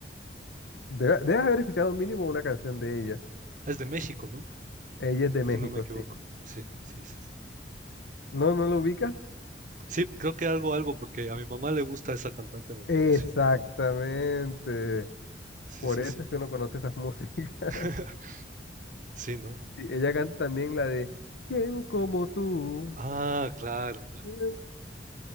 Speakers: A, on the left (about 80°); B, on the right (about 45°).
A: Debe- debes haber escuchado mínimo una canción de ella.
B: Es de México, ¿no?
A: Ella es de
B: Si
A: México,
B: no me equivoco.
A: sí.
B: Sí, sí, sí, sí.
A: ¿No, no lo ubicas?
B: Sí, creo que algo, algo, porque a mi mamá le gusta esa cantante, me parece.
A: Exactamente.
B: Sí,
A: Por
B: sí,
A: eso
B: sí.
A: es que uno conoce esas músicas. <laughs>
B: <laughs> Sí, ¿no?
A: Sí, ella canta también la de ¿Quién como tú?
B: Ah, claro, claro.
A: <laughs>